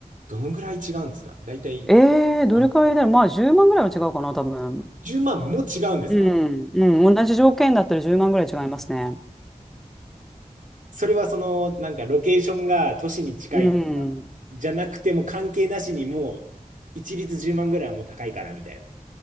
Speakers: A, on the right; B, in the centre.
A: どのぐらい違うんですか大体、
B: えー、どれくらいだろう。
A: あ
B: まあ10万ぐらいは違うかな、多分。
A: 10万も違うんですか
B: うん、うん、同じ条件だったら10万ぐらい違いますね。
A: それはその、なんかロケーションが都市に近いとか、
B: うん。
A: じゃなくても関係なしにもう、一律10万ぐらいはもう高いからみたいな。